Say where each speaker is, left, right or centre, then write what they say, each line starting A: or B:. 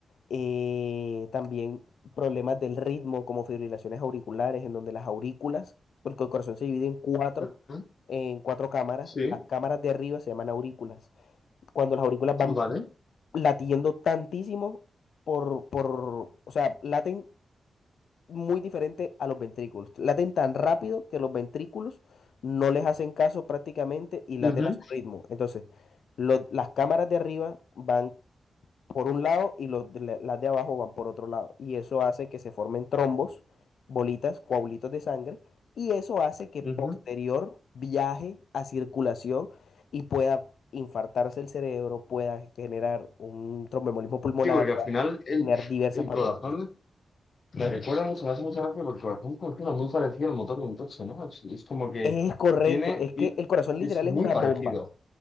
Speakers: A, on the left; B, on the left.
A: eh, también problemas del ritmo como fibrilaciones auriculares, en donde las aurículas, porque el corazón se divide en cuatro,
B: Ujú.
A: en cuatro cámaras,
B: Sí.
A: las cámaras de arriba se llaman aurículas. Cuando las aurículas van
B: Vale.
A: latiendo tantísimo por, por, o sea, laten muy diferente a los ventrículos, laten tan rápido que los ventrículos no les hacen caso prácticamente y laten
B: Ujú.
A: a su ritmo. Entonces, lo- las cámaras de arriba van por un lado y los de la- las de abajo van por otro lado. Y eso hace que se formen trombos, bolitas, coágulos de sangre, y eso hace que
B: Ujú.
A: posterior viaje a circulación y pueda infartarse el cerebro, pueda generar un tromboembolismo pulmonar,
B: Sí, porque al
A: pueda
B: final el,
A: generar diversas
B: el
A: patologías.
B: corazón me recuerda mucho, me hace mucha gracia porque el corazón funciona muy parecido al motor de un coche, ¿no? Es, es como que
A: Es correcto,
B: tiene,
A: es
B: ti-
A: que el corazón
B: es
A: literal
B: muy
A: es una
B: parecido,
A: bomba,